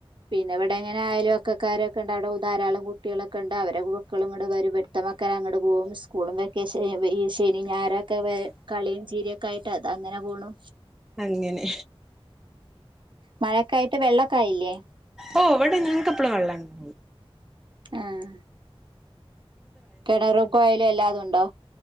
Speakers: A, on the right; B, in the centre.
A: പിന്നെ ഇവിടെങ്ങനെ അയലൊ ക്കക്കാരൊക്കെണ്ട് അവിടെ ഉ ധാരാളം കുട്ടികളൊക്കെണ്ട് അവരെ കുക്കളും ങ്ങട് വരും വെക്തമാക്കൻ അങ്ങട്പോം സ്കൂളും വെക്കേഷ ഈ ശനി ഞായറൊക്കെ വേ കളീം ചിരിയൊക്കെ ആയിട്ട് അതങ്ങനെ പോണു.
B: അങ്ങനെ
A: മഴക്കായിട്ട് വെള്ളോക്കായില്ലേ
B: ഓ വടെ ഞങ്ങക്കെപ്പളു വെള്ളണ്ട്
A: ആഹ് കിണറും കൊയലും എല്ലാതുണ്ടോ